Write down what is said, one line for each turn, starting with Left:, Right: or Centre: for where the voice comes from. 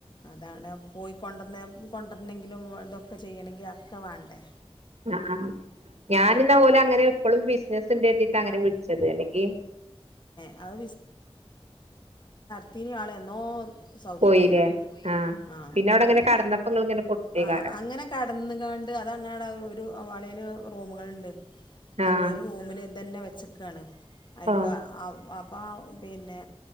Left: അതാണ് പോയി കൊണ്ടന്ന് കൊണ്ടരണങ്കിലും വ് തൊക്കെ ചെയ്യണങ്കിൽ അക്കെ വാണ്ടേ
Right: ങ്ങആആ ഞാനിന്ന ഓൽ അങ്ങനെ ഇപ്പളും ബിസിനസ്ണ്ടര്തിട്ടാണ് ങ്ങനെ വിളിച്ചത് അല്ലെങ്കി
Left: വിട്ടത് അത് ഇട്തീനാളന്നോ.. അഹ് സൗദി
Right: പോയില്ലേ
Left: പോയിനെ
Right: ആഹ്
Left: ആ
Right: പിന്നെ അവിടെ ഇങ്ങനെ കടന്നപ്പോ ഇങ്ങളിങ്ങനെ കൊടുത്തേക്കാരം
Left: ആ ആഅങ്ങനെ കടന്ന്ക്കാണ്ട് അതങ്ങനൊരു വലേൽ റൂമുകൾ അപ്പൊ
Right: ആഹ്
Left: ഒരു റൂമില് ഇതന്നെ വ ച്ചക്കാണ് ആയ്ക്ക
Right: ഓ
Left: അ അപ്പം പിന്നെ